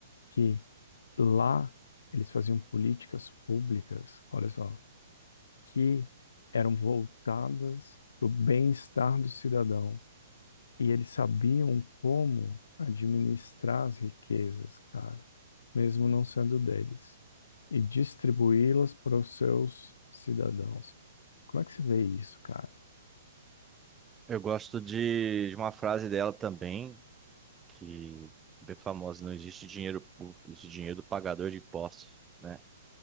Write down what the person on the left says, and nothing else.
que lá eles faziam políticas públicas, olha só, que eram voltadas para o bem-estar do cidadão e eles sabiam como administrar as riquezas, cara, mesmo não sendo deles, e distribuí-las para os seus cidadãos. Como é que se vê isso, cara?